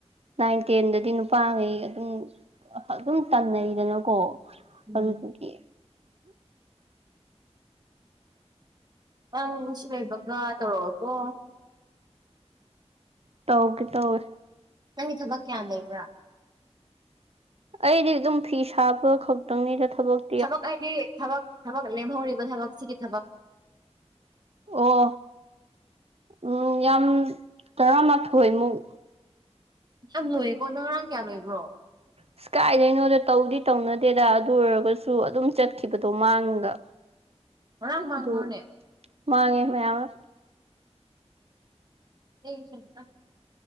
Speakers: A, on the right; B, on the right.
A: ꯅꯥꯏꯟ ꯇꯦꯟꯗꯗꯤ ꯅꯨꯄꯥꯉꯩ ꯑꯗꯨꯝ ꯑꯗꯨꯝ ꯇꯟꯅꯩꯗꯅꯀꯣ
B: ꯎꯝ
A: ꯑꯗꯨꯗꯒꯤ
B: ꯅꯪ ꯑꯁꯤ ꯂꯣꯏꯕꯒ ꯇꯧꯔꯛꯑꯣꯀꯣ
A: ꯇꯧꯔꯛꯀꯦ ꯇꯧꯔꯛꯀꯦ
B: ꯅꯪꯒꯤ ꯊꯕꯛ ꯀꯌꯥꯝ ꯂꯩꯕ꯭ꯔꯥ
A: ꯑꯩꯗꯤ ꯑꯗꯨꯝ ꯐꯤ ꯁꯥꯕ ꯈꯛꯇꯪꯅꯤꯗ ꯊꯕꯛ
B: ꯊꯕꯛ ꯍꯥꯏꯗꯤ ꯊꯕꯛ ꯊꯕꯛ ꯂꯦꯝꯍꯧꯔꯤꯕ ꯊꯕꯛ ꯁꯤꯒꯤ ꯊꯕꯛ
A: ꯑꯣ ꯎꯝ ꯌꯥꯝ ꯇꯔꯥꯃꯥꯊꯣꯏꯃꯨꯛ
B: ꯌꯥꯝ ꯂꯣꯏꯌꯦꯀꯣ ꯅꯪ ꯉꯔꯥꯡ ꯀꯌꯥ ꯂꯣꯏꯕ꯭ꯔꯣ
A: ꯑꯁ ꯀꯥꯏꯗꯩꯅꯣꯗ ꯇꯧꯗꯤ ꯇꯧꯅꯗꯦꯗ ꯑꯗꯨ ꯑꯣꯏꯔꯒꯁꯨ ꯑꯗꯨꯝ ꯆꯠꯈꯤꯕꯗꯣ ꯃꯥꯡꯑꯒ
B: ꯉꯔꯥꯡ ꯃꯥꯡꯕ꯭ꯔꯣꯅꯦ
A: ꯑꯗꯨ ꯃꯥꯥꯡꯉꯦ ꯃꯌꯥꯝ ꯑꯃ
B: ꯑꯦꯁꯇ